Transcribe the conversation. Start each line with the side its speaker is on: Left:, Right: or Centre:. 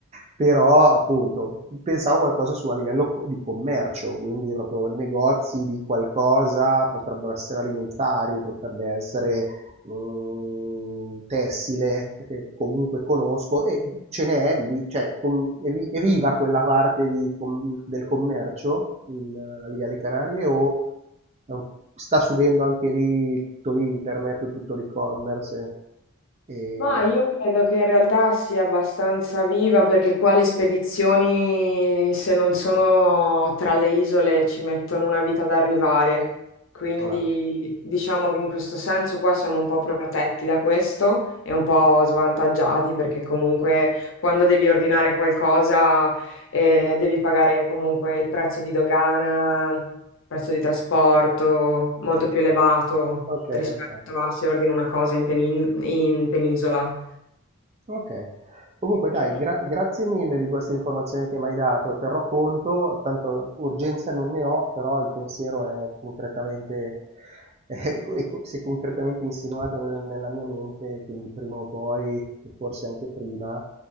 Right: Però, appunto, pensavo qualcosa su a livello co- di commercio, quindi proprio negozi di qualcosa, potrebbero essere alimentari, potrebbe essere mh, tessile che comunque conosco e ce n'è, di- cioè, com- è vi- è viva quella parte di com- del commercio in, eh, lì alle Canarie o è un- sta subendo anche lì tutto l'internet, tutto l'e-commerce? E,
Left: Ma io credo che in realtà sia abbastanza viva perché qua le spedizioni, se non sono tra le isole, ci mettono una vita ad arrivare. Quindi
Right: e, ah,
Left: diciamo che in questo senso qua siamo un po' protetti da questo e un po' svantaggiati perché comunque quando devi ordinare qualcosa eh, devi pagare comunque il prezzo di dogana, prezzo di trasporto molto
Right: eh,
Left: più elevato
Right: ok,
Left: rispetto
Right: ok.
Left: a se ordino una cosa in, penin- in penisola.
Right: Ok. Comunque dai,
Left: Mm.
Right: gra- grazie mille di queste informazioni che mi hai dato, terrò conto, tanto urgenza non ne ho, però il pensiero è concretamente, <laughs> è co- è co- si è concretamente insinuato nel- nella mia mente, quindi prima o poi, e forse anche prima,